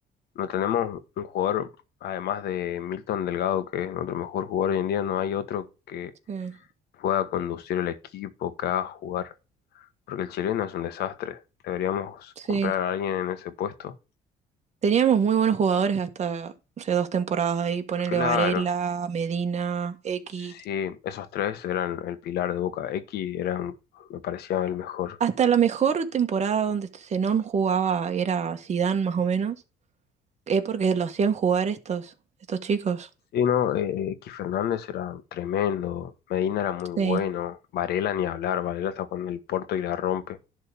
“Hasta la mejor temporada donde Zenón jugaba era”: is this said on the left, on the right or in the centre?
Right